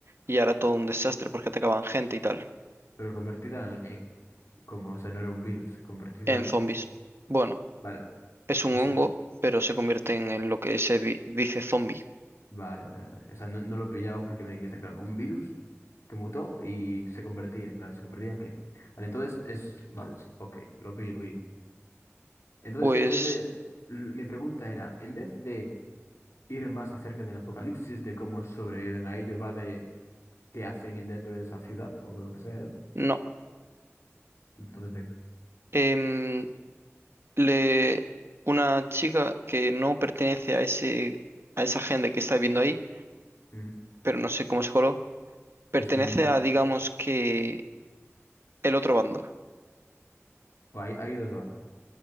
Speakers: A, on the right; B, on the left.
A: y ahora todo un desastre porque atacaban gente y tal,
B: pero convertida en, en- como, o sea, no era un virus, convertida,
A: en zombies. Bueno,
B: vale,
A: es un
B: o
A: hongo,
B: sea,
A: pero se convierten en lo que se di- dice zombie.
B: Vale, vale, vale. O sea, no, no lo pillaba porque me dijiste, claro, un virus que mutó y se convertía, y claro, ¿se convertía en qué? Vale, entonces es... Vale, ok, lo pillo, lo pillo. Entonces,
A: Pues
B: en vez de... l- Mi pregunta era, en vez de ir más acerca del apocalipsis, de cómo sobreviven a ello, va de qué hacen en- dentro de esa ciudad o lo que sea,
A: no.
B: entonces de...
A: Em, le, una chica que no pertenece a ese, a esa gente que está viviendo ahí,
B: mm,
A: pero no sé cómo se coló, pertenece
B: Es como un país.
A: a, digamos que, el otro bando.
B: O hay, hay dos bandos,